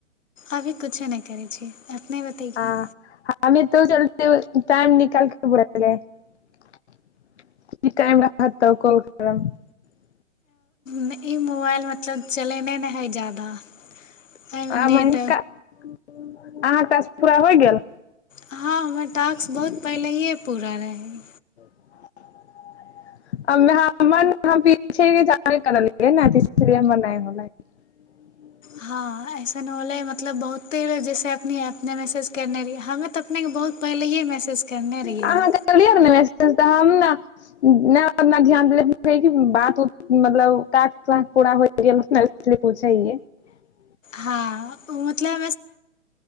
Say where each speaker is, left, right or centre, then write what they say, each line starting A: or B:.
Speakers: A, on the left; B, on the left.
A: अभी कुछो नहि करैय छीयै अपनए बतैये
B: हँ <unintelligible>
A: नै इ मोबाइल मतलब चलेने न हइ जादा एहिमे
B: आ
A: नेट
B: मे हनका अहाँके टासक पूरा होइ गेल
A: हँ हमर टास्क बहुत पहिलए पूरा रहै
B: <unintelligible>
A: हँ ऐसन होलै मतलब बहुते बेड़ जैसे अपने अपने मैसेज कयने रही हमे त अपनेके बहुत पहिलए मैसेज करने रहियै
B: अहाँ करलियै ने <unintelligible>
A: हँ ओ मतलब